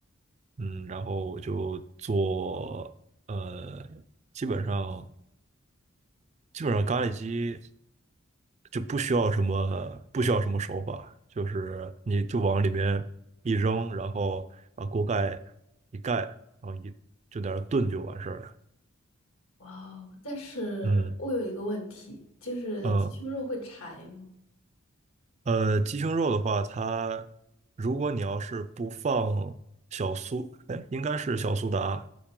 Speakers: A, on the right (about 30°); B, on the left (about 80°).
A: 嗯，然后我就做，呃，基本上。基本上咖喱鸡就不需要什么不需要什么手法，就是你就往里面一扔，然后把锅盖一盖，然后一就在那儿炖就完事儿了。
B: 哇哦！但是我有一个问题，
A: 嗯
B: 就是鸡胸肉会柴吗？
A: 嗯，呃呃，鸡胸肉的话，它如果你要是不放小苏，哎，应该是小苏打，